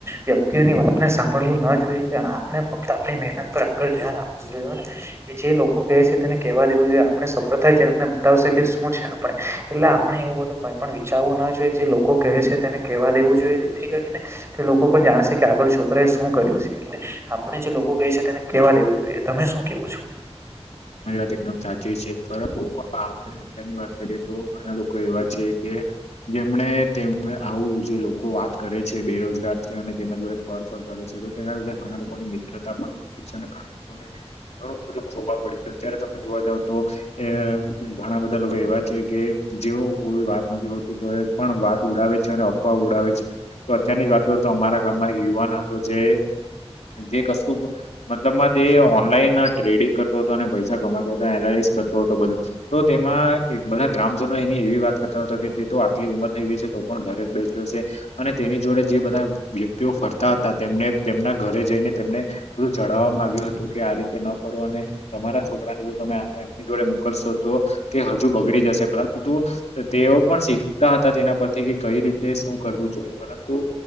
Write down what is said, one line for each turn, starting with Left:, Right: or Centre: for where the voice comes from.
Right: વ્યતિ અત્યની વાતને સાંભળવું ન જોઈએ. કે આપણે ફક્ત આપણી મહેનત પર આગળ ધ્યાન આપ જોને જે લોકો કહે છે તેને કેહવા દેવું જોઈએ આપણે સફળ થાય ત્યારે આપને બતાવશે કે શું છે આપણે
Left: તમારી
Right: એટલે આપણે એવું બધું કઈ પણ વિચારવું ના જોઈએ જે લોકો કહે છે તેને કેહેવા દેવું જોઈએ. તેથી કરીને તે લોકો પણ જાણશે કે આગળ છોકરાએ શું કર્યું છે એટલે આપણે જે લોકો કહે છે તેને કેવા દેવું જોઈએ. તમે શું કેવો છો?
Left: મારી વાત એકદમ સાચી છે પરંતુ હા આપણે અત્યારની વાત કરીએ તો ઘણા લોકો એવા છે કે જેમણે તેમ આવું જે લોકો વાત કરે છે બેરોજગાર છે અને તેના જોડે ફર ફર કરે છે. તેના લીધે ઘણા લોકોની મિત્રતા પણ ખ છે અને ઘણા લોકોને ઘણું બધું ખો અત્યારે તમે જોવા જાવ તો ઘણા બધા લોકો એવા છે કે જેઓ કોઈ વાત નથી હોતી તો એ પણ વાત ઉડાવે છે અને અફવા ઉડાવે છે તો અત્યારની જ વાત કરું તો અમારા ગામ યુવાન હતો જે જે કશુ મતલબ માં તે ઓનલાઈન ટ્રેડિંગ કર હતો અને પૈસા કમાતો હતો એનાલીસ કરતો હતો બધું તો તેમાં બધા ગ્રામજનો એની એવી વાત કર <unintelligible> તો આટલી ઉંમર થઈ ગઈ છે તો પણ ઘરે જ બેસી હશે અને તેની જોડે જે બધા વ્યક્તિઓ ફરતા કરતા હતા તેમને તેમના ઘરે જઈને તેમને બધું જણાવવામાં આવ્યું હતું કે આ રીતે ન કરો અને તમારા છોકરાને જો તમે આ એમની જોડે મોકલશો તો તે હજુ બગડી જશે પરંતુ તે તેઓ પણ શીખતા હતા તેના પરથી કે કઈ રીતે શું કરવું જોઈએ પરંતુ